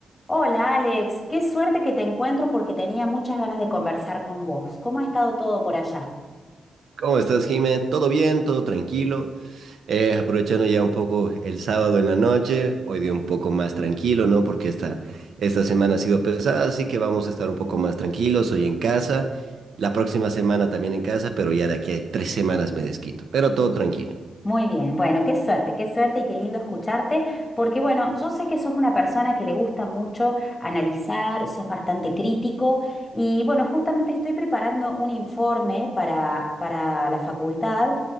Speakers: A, on the left; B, on the right.
A: Hola Alex, qué suerte que te encuentro porque tenía muchas ganas de conversar con vos. ¿Cómo ha estado todo por allá?
B: ¿Cómo estás, Jiménez? ¿Todo bien? ¿Todo tranquilo? Eh, aprovechando ya un poco el sábado en la noche, hoy día un poco más tranquilo, ¿no? Porque esta, esta semana ha sido pesada, así que vamos a estar un poco más tranquilos hoy en casa, la próxima semana también en casa, pero ya de aquí a tres semanas me desquito, pero todo tranquilo.
A: Muy bien, bueno, qué suerte, qué suerte y qué lindo escucharte, porque bueno, yo sé que sos una persona que le gusta mucho analizar, sos bastante crítico y bueno, justamente estoy preparando un informe para, para la facultad